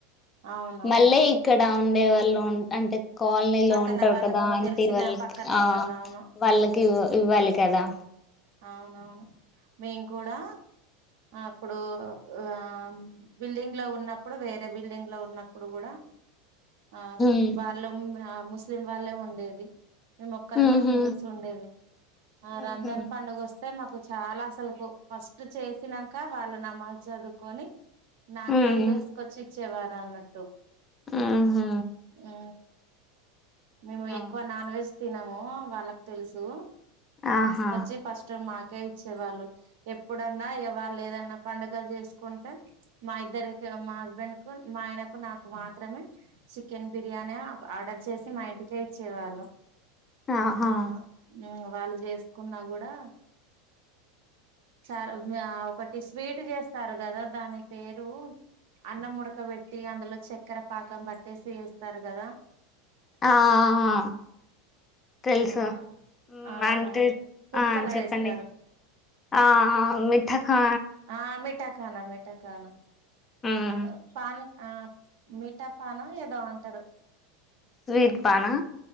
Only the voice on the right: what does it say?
అవునవును
పక్కన
వాళ్ళకు
తెలిసిన
పక్కన
వాళ్ళు అవును
అవునవును మేం కూడా అప్పుడు ఆ బిల్డింగ్ లో ఉన్నప్పుడు వేరే బిల్డింగ్ లో ఉన్నప్పుడు కూడా ఆ
వాళ్ళం ముస్లిం వాళ్ళే ఉండేది మీ మొక్కల
మా హిందూస్ ఉండేవి ఆ
రామ్ జల్పండడు గోస్త అే మాకు చాలా అసలు ఫస్ట్ చేసినాక వాళ్ళు నమ్మల్ చదువుకొని నాకే
తెలుసుకొచ్చి చ్చేవారా అన్నట్టు
ఆ మేము
ఎక్కువ నాన్ వెజ్ తినము వాళ్ళకి తెలుసు
వచ్చే ఫస్ట్ మా కే ఇచ్చేవాళ్ళు. ఎప్పుడన్నా ఇగా వలేదన్నా పండుగలు చేసుకుంటే మా ఇద్దరికి మా హస్బెండ్ కు మా ఆయనకు నాకు మాత్రమే చికెన్ బిర్యాని ఆర్డర్ చేసి మా ఇంటికే ఇచ్చేవాళ్ళు. అవున
నీ వాళ్ళు చెస్ట్ కున్నా గూడా చార్ ఒకటి స్వీట్ చేస్తారు కదా. దాని పేరు అన్నంముడకబెట్టి అందులో చక్కెర పాకం పట్టేసి వేస్తారు కదా.
ఆ
ఆ
ఫుడ్
కలర్
ఏస్తారు
ఆ మీఠాఖానా మీిఠాక్ కానా
అద్ పన్ ఆ మీిఠా పానా ఏదో అంటారు.